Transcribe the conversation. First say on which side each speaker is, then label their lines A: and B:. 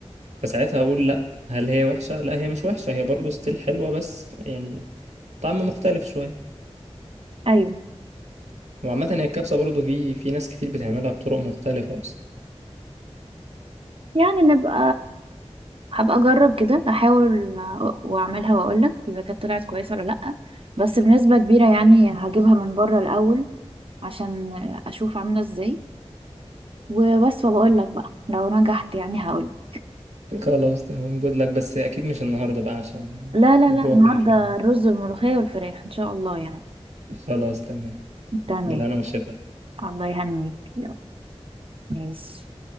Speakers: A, on the right; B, on the right.
A: فساعتها اقول لا هل هي وحشه لا هي مش وحشه هي برضو ستيل حلوه بس يعني طعم مختلف شويه
B: ايوه
A: وعامه هي الكبسه برضو في في ناس كتير بتعملها بطرق مختلفه اصلا
B: يعني نبقى هبقى اجرب كده احاول واعملها واقولك اذا كانت طلعت كويسه ولا لا بس بنسبه كبيره يعني هجيبها من بره الاول عشان اشوف عامله ازاي وبس وبقول لك بقى لو نجحت يعني هقولك
A: خلاص تمام جود لك بس اكيد مش النهارده بقى عشان
B: لا لا
A: الجوع
B: لا النهارده
A: كافر يعني.
B: الرز والملوخيه والفراخ ان شاء الله يعني
A: خلاص تمام
B: تمام
A: بالهنا والشفا
B: الله يهنيك يلا ماشي